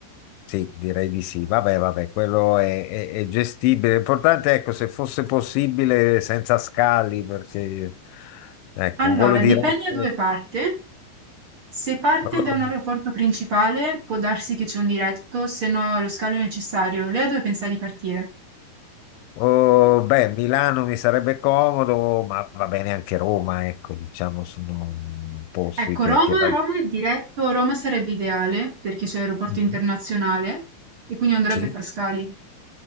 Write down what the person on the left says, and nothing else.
Sì, direi di sì. Vabbè, vabbè, quello è, è- è gestibile. L'importante, ecco, se fosse possibile senza scali, perché ecco,
un volo diretto.
allora,
Oh, beh, Milano mi sarebbe comodo, ma va bene anche Roma, ecco, diciamo, sono mm, posti
che,
che... rag-
Mm,
Sì.